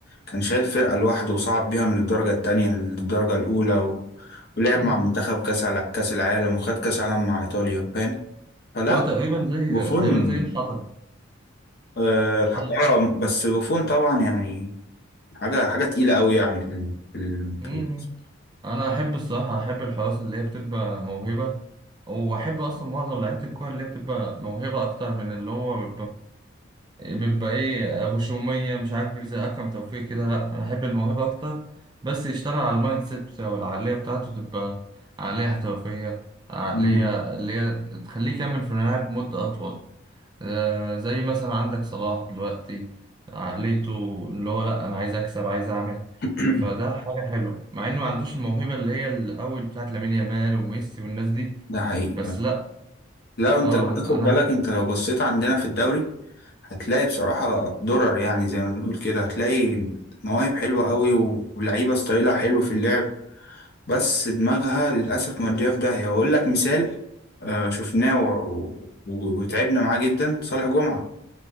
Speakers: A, on the left (about 50°); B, on the right (about 20°).
A: كان شايل فرقه لوحده وصعد بيها من الدرجه الثانيه للدرجه الاولى و... ولعب
B: مم.
A: مع منتخب كاس على كاس العالم وخد كاس العالم مع ايطاليا فاهم فلا
B: هو تقريبا زي
A: بوفون
B: تقريبا زي الحضر
A: آه الحق-
B: الحضر.
A: آه، بس بوفون طبعا يعني حاجه حاجه تقيله قوي يعني في ال... في ال...
B: مم.
A: في ال...
B: أنا أحب الصراحة أحب الحراس اللي هي بتبقى موهبة وأحب أصلا معظم لعيبة الكورة اللي هي بتبقى موهبة أكتر من اللي هو بيبقى ايه غشومية مش عارف ايه زي أكرم توفيق كده لأ أنا أحب الموهبة أكتر بس يشتغل على المايند سيت بتاعه العقلية بتاعته تبقى عقلية احترافية عقلية
A: مم.
B: اللي هي تخليه يكمل في الملاعب مدة أطول آه زي مثلا عندك صلاح دلوقتي عقليته اللي هو لأ أنا عايز أكسب عايز أعمل
A: <clears throat>
B: فده حاجة حلوة مع إنه ما عندوش الموهبة اللي هي الأول بتاعت لامين يامال وميسي والناس دي
A: ده حقيقي
B: بس
A: فعلا.
B: لأ
A: لا انت
B: آه
A: اللي بتاخد
B: أنا
A: بالك انت لو بصيت عندنا في الدوري هتلاقي بصراحة درر يعني زي ما بنقول كده هتلاقي مواهب حلوة قوي و- ولعيبة ستايلها حلو في اللعب بس دماغها للأسف مودية في داهية وأقول لك مثال آه، شفناه و- و- وتعبنا معاه جدا صالح جمعة